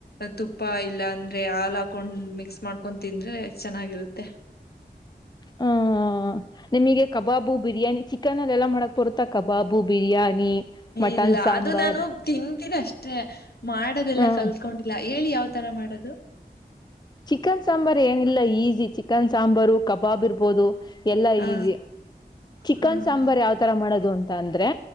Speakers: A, on the left; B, on the left.
A: ತುಪ್ಪ ಇಲ್ಲಾ ಅಂದ್ರೆ ಹಾಲ್ ಹಾಕೊಂಡ್ ಮಿಕ್ಸ್ ಮಾಡ್ಕೊಂಡ್ ತಿಂದ್ರೆ ಚೆನ್ನಾಗಿರುತ್ತೆ
B: ಹ ನಿಮಗೆ ಕಬಾಬು ಬಿರಿಯಾನಿ ಚಿಕನ್ ಅಲ್ಲಿ ಎಲ್ಲಾ ಮಾಡಕ್ ಬರುತ್ತಾ ಕಬಾಬು ಬಿರಿಯಾನಿ ಮಟನ್
A: ಇಲ್ಲ
B: ಸಾಂಬಾರ್
A: ಅದು ನಾನು ತಿಂತಿದೆ ಅಷ್ಟೆ ಮಾಡಿದ್ದೆಲ್ಲಾ
B: ಹ್ಮ
A: ಕಲ್ತ್ಕೊಂಡ ಇಲ್ಲ ಹೇಳಿ ಯಾವ್ ತರಾ ಮಾಡೋದು
B: ಚಿಕನ್ ಸಾಂಬಾರ್ ಏನಿಲ್ಲ ಈಜಿ ಚಿಕನ್ ಸಾಂಬಾರು ಕಬಾಬ್ ಇರ್ಬೋದು ಎಲ್ಲಾ
A: ಹ
B: ಈಜಿ ಚಿಕನ್
A: ಹಾ
B: ಸಾಂಬಾರ್
A: ಹಾ
B: ಯಾವ ತರ ಮಾಡೋದು ಅಂತ ಅಂದ್ರೆ